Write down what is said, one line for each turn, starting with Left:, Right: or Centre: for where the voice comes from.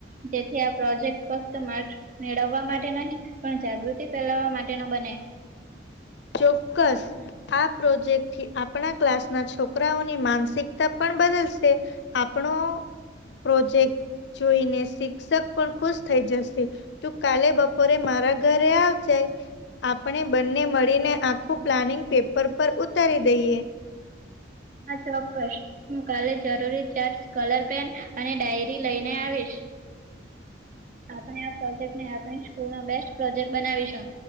Right: જેથી આ પ્રોજેક્ટ ફક્ત માકસ મેળવવા માટે નહી પણ જાગૃતિ ફેલાવવા માટે નો બને.
Left: ચોક્કસ. આ પ્રોજેક્ટ થી આપણા ક્લાસ ના છોકરાઓની માનસિકતા પણ બદલશે. આપણો પ્રોજેક્ટ જોઈને શિક્ષક પણ ખુશ થઈ જશે. તું કાલે બપોરે મારા ઘરે આવજે આપણે બંને મળીને આખું પ્લાનિંગ પેપર પર ઉતારી દઈએ.
Right: હા ચોક્કસ હું કાલે જરૂરી ચાર્ટસ, કલર પેન અને ડાયરી લઈને આવીશ. આપણે આ પ્રોજેક્ટને આપણી સ્કૂલ નો બેસ્ટ પ્રોજેક્ટ બનાવીશું.